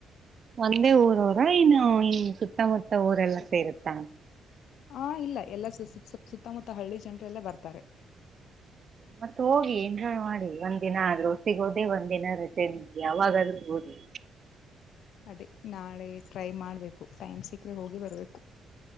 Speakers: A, on the right; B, on the left.
A: ಒಂದೇ ಊರು ರ ಇನ್ನು ಇನ್ ಸುತ್ತಮುತ್ತ ಊರೆಲ್ಲ ಸೇರುತ್ತ
B: ಹಾ ಇಲ್ಲ ಎಲ್ಲ ಸುತ್ತಮುತ್ತ ಹಳ್ಳಿ ಜನರೆಲ್ಲ ಬರ್ತಾರೆ
A: ಮತ್ತ್ ಹೋಗಿ ಎಂಜಾಯ್ ಮಾಡಿ ಒಂದ್ ದಿನ ಆದ್ರೂ ಒಸತ್ತಿಗೆ ಹೋದೆೇ ಒಂದ್ ದಿನ ರಚೆ ನಿಮ್ಗೆ ಯಾವಾಗಾದ್ ಓದಿ
B: ಅದೇ ನಾಳೆ ಟ್ರೈ ಮಾಡಬೇಕು ಟೈಮ್ ಸಿಕ್ಕ್ರೆ ಹೋಗಿ ಬರಬೇಕು